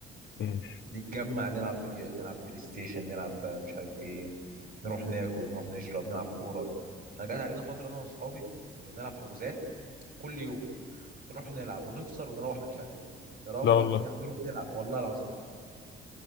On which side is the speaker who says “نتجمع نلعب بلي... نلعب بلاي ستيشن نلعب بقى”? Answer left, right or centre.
Right